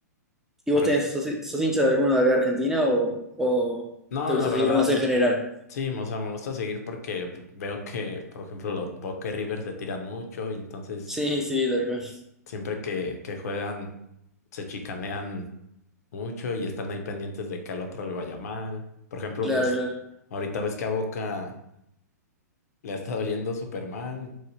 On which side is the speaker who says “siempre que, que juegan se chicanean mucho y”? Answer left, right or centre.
Left